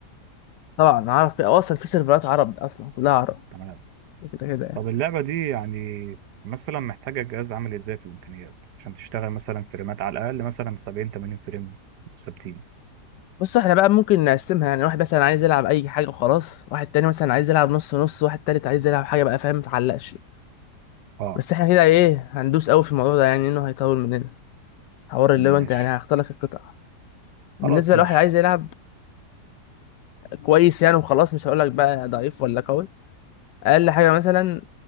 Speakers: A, on the left; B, on the right.
A: طبعا عارف في أو اصلا في سيرفرات عرب اصلا كلها عرب
B: تمام
A: كده كده يعني
B: طب اللعبة دي يعني مثلا محتاجة جهاز عامل ازاي في الامكانيات عشان تشتغل مثلا فريمات على الاقل مثلا 70 80 فريم ثابتين
A: بص احنا بقى ممكن نقسمها يعني واحد مثلا عايز يلعب اي حاجه وخلاص واحد تاني مثلا عايز يلعب نص نص واحد تالت عايز يلعب حاجه بقى فاهم متعلقش
B: اه
A: بس احنا كده ايه هندوس قوي في الموضوع ده يعني انه هيطول مننا حوار اللي هو
B: ماشي
A: انت يعني هختار لك القطع بالنسبه
B: خلاص ماشي
A: لواحد عايز يلعب كويس يعني وخلاص مش هقول لك بقى ضعيف ولا قوي اقل حاجه مثلا